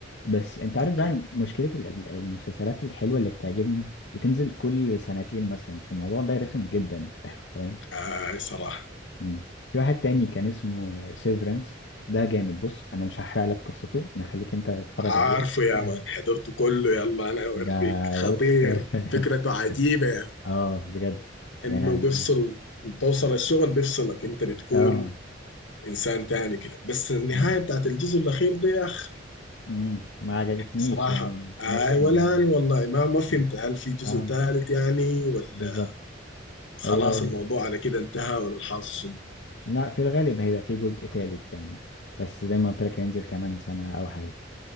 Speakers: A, on the left; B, on the left.
A: بس انت عارف
B: اوكي
A: بقى مشكلة ال- ال- المسلسلات الحلوة اللي بتعجبني بتنزل كل سنتين مثلا فالموضوع ده رخم جدا <laughs> فاهم
B: آه صراحه
A: مم. في واحد تاني كان اسمه سيفرنس ده جامد بص انا مش هحرق لك قصته انا خليك انت تتفرج
B: عارفه
A: عليه
B: يا
A: <laughs>
B: مان حضرته كله يلا انا اوريك
A: ده
B: خطير
A: بص <laughs>
B: فكرته عجيبه يا مان.
A: اه بجد
B: انه
A: يعني
B: بيفصل توصل الشغل بيفصلك انت بتكون
A: اه
B: انسان تاني كده بس النهايه
A: مم.
B: بتاعت الجزء الاخير ده يا اخ
A: مم. ما عجبتنيش
B: صراحه
A: يعني
B: اي
A: مؤلمة
B: ولا
A: يعني
B: انا والله ما ما فهمت
A: مم.
B: هل في جزء
A: اه
B: ثالث يعني ولا
A: بالظبط
B: خلاص
A: هو
B: الموضوع على كده انتهى ولا الحاصل شنو
A: لا في الغالب هيبقى في جزء تالت يعني بس زي ما قلت لك هينزل كمان سنة أو حاجة